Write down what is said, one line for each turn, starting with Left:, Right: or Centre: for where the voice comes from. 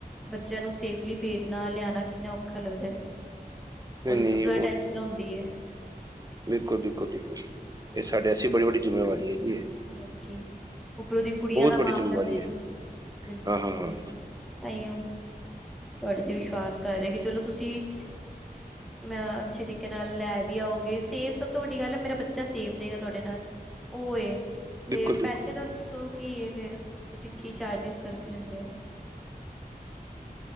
Centre: ਬੱਚੇਆਂ ਨੂੰ ਸੇਫਲੀ ਭੇਜਨਾ ਲਿਆਨਾ ਕਿੰਨਾ ਔਖਾ ਲੱਗਦਾ।
Right: ਨਹੀਂ
Centre: ਔਰ
Right: ਨਹੀਂ
Centre: ਇਸ ਤੋਂ ਵੀ ਜਾਦਾ ਟੈਨਸ਼ਨ ਹੁੰਦੀ ਐ।
Right: ਬਿਲਕੁਲ-ਬਿਲਕੁਲ-ਬਿਲਕੁਲ ਏ ਸਾਡੇ ਅਸੀ ਬੜੀ ਵੱਡੀ ਜ਼ਿੰਮੇਵਾਰੀ ਐ ਜੀ ਏ।
Centre: ਹੋਰ ਕੀ, ਉਪਰੋਂ ਦੀ ਕੁੜੀਆਂ ਦਾ
Right: ਵੱਡੀ
Centre: ਮਾਮਲਾ
Right: ਜ਼ਿੰਮੇਵਾਰੀ
Centre: ਤੇ
Right: ਹੈ
Centre: ਬਿਲਕੁਲ-ਬਿਲਕੁਲ।
Right: ਹਾਂ ਹਾਂ ਹਾਂ
Centre: ਤਾਈਓਂ, ਤੁਆਡੇ ਤੇ ਵਿਸ਼ਵਾਸ ਕਰ ਰਏ ਆਂ ਕੀ ਚਲੋ ਤੁਸੀਂ ਮੈਂ ਅੱਛੇ ਤਰੀਕੇ ਨਾਲ ਲੈ ਵੀ ਆਓਗੇ ਸੇਫ ਸਬ ਤੋਂ ਵੱਡੀ ਗੱਲ ਐ ਮੇਰਾ ਬੱਚਾ ਸੇਫ ਰਏਗਾ ਤੁਆਡੇ ਨਾਲ। ਓ ਏ, ਤੇ
Right: ਬਿਲਕੁਲ ਬਿਲਕੁਲ
Centre: ਪੈਸੇ ਤਾਂ ਦੱਸੋ ਕੀ ਏ ਫੇਰ ਤੁਸੀਂ ਕੀ ਚਾਰਜਿਸ ਕਰ ਲੈਂਦੇ ਓ।